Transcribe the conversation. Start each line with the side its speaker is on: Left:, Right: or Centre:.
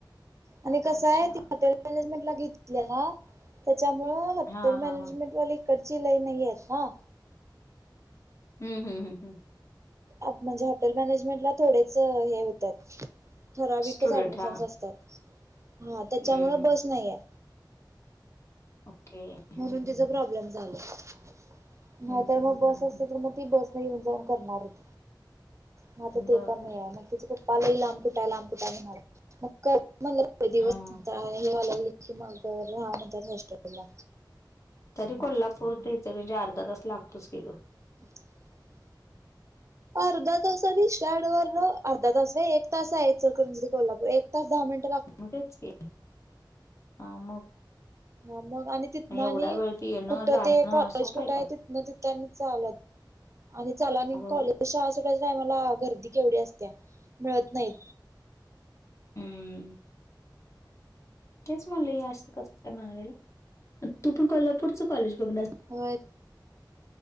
Right: आणि कसं
Left: अच्छा
Right: आहे ती हॉटेल मॅनेजमेंट ला घेतली ना त्याच्यामुळं हॉटेल
Left: हा हा
Right: मॅनेजमेंट
Left: हा
Right: वाली इकडची लई नाही येत ना.
Left: हम् हम् हम्म हम!
Right: आत म्हणजे हॉटेल मॅनेजमेंट ला थोडेच हे होत्यात ठराविकच
Left: स्टुडंट
Right: ऍडमिशन्स
Left: हा
Right: असतात हा
Left: हम्म
Right: त्याच्यामुळं
Left: हम्म
Right: बस नाहीेहे.
Left: ओके. हम्म
Right: म्हणून
Left: हम्म
Right: तिच
Left: हम्म
Right: प्रॉब्लेम झाला नाहीतर
Left: हम्म हम्म
Right: मग बस
Left: हम्म
Right: असते
Left: हम्म.
Right: तर मग ती बस येऊन जाऊन करणार होते मग आता ते
Left: बर
Right: पण नाही आहे मग ति पप्पाला लांब कुठाय लांब कुठा आहे म्हणा मग म्हण दिवस
Left: हा
Right: आणि हेवा लागली की मगर ह म्हणत होस्टेलला
Left: तरी कोल्हापूर <unintelligible> म्हणजे अर्धा तास लागतोच की ग.
Right: <inaudible> अर्धा तासनी स्टँडवरन अर्धा तास नय एक तास आहे इकलकरंजी ते कोल्हापूर एक तास दहा मिनट.
Left: मग तेच कि आ मग
Right: हा मग आणि तिथनं आणि
Left: एवढा वेळ ते येणं
Right: कुठं
Left: जाणं
Right: ते कॉलेज
Left: सोपं
Right: कुठे आहे
Left: का?
Right: तिथनं तिथं चालत आणि चालनी
Left: अगं
Right: कॉलेज
Left: बाई
Right: शाळा सुटायच्या टायमाला गर्दी केवढी असतेया मिळत नाहीत.
Left: हम्म तेच म्हणले हे असं कस काय म्हणाले तू पण कोल्हापूरच कॉलेज बघणार
Right: होय.